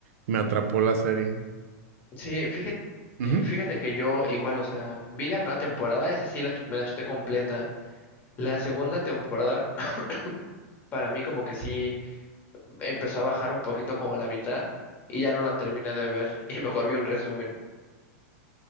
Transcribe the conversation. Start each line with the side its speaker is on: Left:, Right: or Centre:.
Right: me atrapó la serie.
Left: Sí, fíjate,
Right: Ujú,
Left: eh, fíjate que yo igual, o sea, vi la primera temporada, esa sí la chu- me la chuté completa. La segunda temporada, <clears throat> para mí como que sí empezó a bajar un poquito como a la mitad y ya no la terminé de ver <laughs> y mejor vi un resumen.